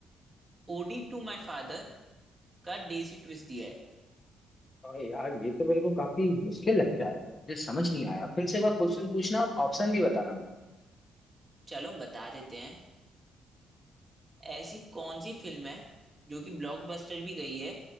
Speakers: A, on the right; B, on the left.
A: Ode to My Father का देसी ट्विस्ट दिया है
B: और यार ये तो मेरे को काफी मुश्किल लगता है मुझे समझ नहीं आया फिर से एक बार क्वेश्चन पूछना और ऑप्शन भी बताना मुझे
A: चलो बता देते हैं ऐसी कौन सी फिल्म है जो कि ब्लॉकबस्टर भी गई है